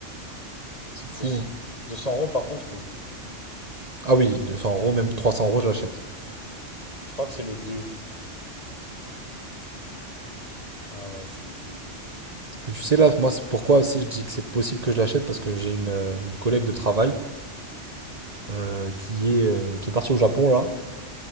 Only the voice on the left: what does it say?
Deux-
200 euros, par contre, oui.
Je crois que c'est le deux Ah ouais, c'est le deux